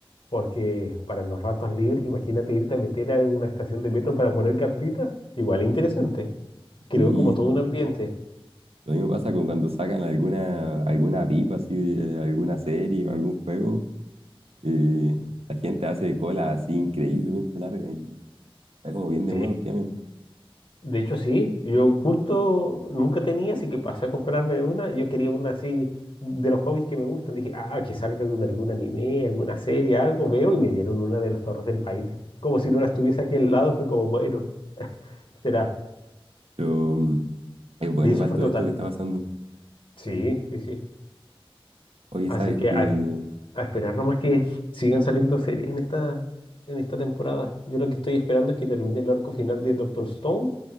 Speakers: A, on the left (about 60°); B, on the right (about 85°).
A: Porque para los ratos libres, imagínate irte a meter a una estación de metro para poner cartitas. Igual interesante. Creo
B: Sí,
A: como todo un ambiente.
B: lo mismo pasa con cuando sacan alguna, alguna VIP así de alguna serie o algún juego. eh, la gente hace cola así increíblemente larga y está como bien de
A: Sí.
B: moda últimamente.
A: De hecho, sí. Yo justo nunca tenía, así que pasé a comprarme una. Yo quería una así de los hobbies que me gustan. Dije, ah, que salga de algún anime, alguna serie, algo. Veo y me dieron una de las Torres del Paine. Como si no las estuviese aquí al lado. Fue como, bueno, será.
B: Pero mm, es bueno
A: Y eso
B: igual
A: fue
B: todo
A: total.
B: esto que está pasando.
A: Sí, sí, sí.
B: Oye,
A: Así
B: ¿sabes
A: que
B: qué?
A: a A esperar nomás que sigan saliendo series en esta, en esta temporada. Yo lo que estoy esperando es que termine el arco final de Doctor Stone,